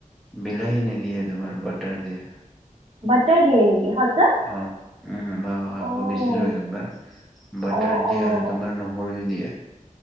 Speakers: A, in the centre; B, on the right.
A: বিলাহী নিদিয়ে তোমাৰ বাটাৰ দিয়ে।
B: বাটাৰ দিয়ে নেকি সঁচা
A: অ উম মই
B: অঁ
A: সুধিছিলো একবাৰ। বাটাৰ
B: অঁ
A: দিয়ে
B: অঁ
A: আৰু তোমাৰ নহৰু দিয়ে।